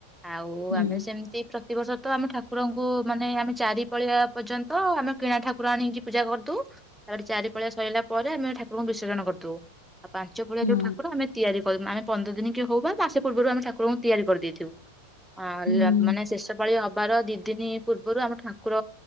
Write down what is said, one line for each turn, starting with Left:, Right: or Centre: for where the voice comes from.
Centre: ଆଉ
Left: ହୁଁ ହୁଁ
Centre: ଆମେ ସେମତି ପ୍ରତିବର୍ଷ ତ ଆମେ ଠାକୁରଙ୍କୁ ମାନେ ଆମେ ଚାରି ପାଳିଆ ପର୍ଯ୍ୟନ୍ତ ଆମେ କିଣା ଠାକୁର ଆଣିକି ପୂଜା କରିଦଉ, ତାପରେ ଚାରି ପାଳିଆ ସରିଲା ପରେ ଆମେ ଠାକୁରଙ୍କୁ ବିସର୍ଜନ କରିଦଉ, ଆ ପାଞ୍ଚ ପାଳିଆ
Left: ହୁଁ
Centre: ଯୋଉ ଠାକୁର ଆମେ ତିଆରି କରୁ, ଆମେ ପନ୍ଦର ଦିନ କେ ହଉ ବା ମାସେ ପୂର୍ବରୁ ଆମେ ଠାକୁରଙ୍କୁ ତିଆରି କରିଦେଇଥିବୁ। ହଁ
Left: ହୁଁ
Centre: ଲ-ମାନେ ଶେଷ ପାଳି ହବାର ଦି ଦିନି ପୂର୍ବରୁ ଆମ ଠାକୁର